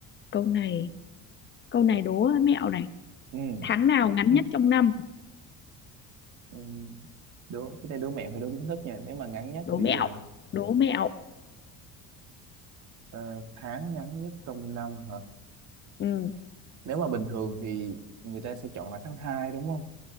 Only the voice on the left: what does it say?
câu này câu này đố mẹo này
tháng nào ngắn
nhất trong năm
đố
mẹo
đố mẹo
ừ.